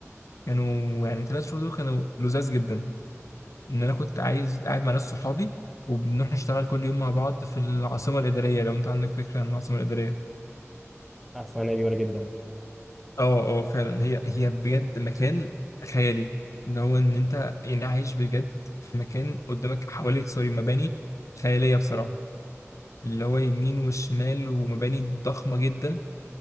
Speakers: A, on the left (about 80°); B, in the centre.
A: كانوا يعني ثلاث شهور دول كانوا لذاذ جدا إن أنا كنت عايز قاعد مع ناس صحابي وبنروح نشتغل كل يوم مع بعض في العاصمة الإدارية لو أنت عندك فكرة عن العاصمة الإدارية
B: اسمعني جميله جدا
A: اه اه فعلا هي هي بجد مكان خيالي اللي هو إن أنت يعني عايش بجد في مكان قدامك حواليك سوري مباني خيالية بصراحة اللي هو يمين وشمال ومباني ضخمة جدا